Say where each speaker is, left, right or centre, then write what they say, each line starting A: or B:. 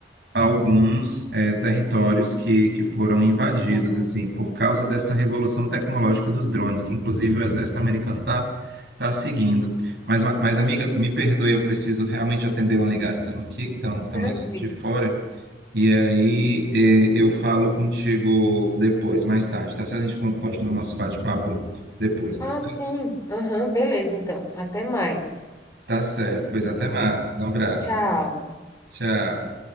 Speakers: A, on the right; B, on the left.
A: alguns eh, territórios que, que
B: Territórios
A: foram invadidos,
B: que eles tomaram,
A: assim,
B: né?
A: por causa dessa revolução tecnológica dos drones, que inclusive o exército americano está tá tá seguindo. Mas, ma- mas, amiga, me perdoe, eu preciso realmente atender uma ligação aqui, que estão tão tão
B: Tranquilo.
A: ligando de fora, e aí eh, eu falo contigo depois, mais tarde, tá certo? A gente con- continua o nosso bate-papo depois, tá
B: Ah,
A: certo?
B: sim. Aham, beleza, então. Até mais.
A: Tá certo, pois até mais, um abraço,
B: Tchau.
A: tchau.